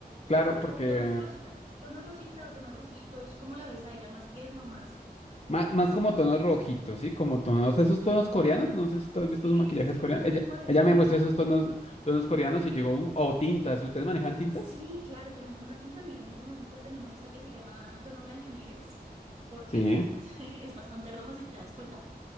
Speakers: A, on the left; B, on the right.
A: Claro,
B: Pero
A: porque
B: tonos rosita, tonos rosita o tonos rojitos, ¿cómo la ves a ella? ¿Más tierno, más?
A: más, más como tonos rojitos, ¿sí? Como tonos, esos tonos coreanos, no sé si tú has
B: Sí,
A: visto los maquillajes
B: sí,
A: coreanos.
B: ah,
A: Ella,
B: pod-
A: ella
B: podríamos.
A: me muestra esos tonos, tonos coreanos y llegó, un- o tintas, ¿ustedes manejan tintas?
B: Sí, claro, tenemos una tinta. Mira, en este momento tenemos esta que se llama tono Blancanieves. ¿Por qué?
A: Sí.
B: Porque pues, <laughs> es bastante rojo si te das cuenta.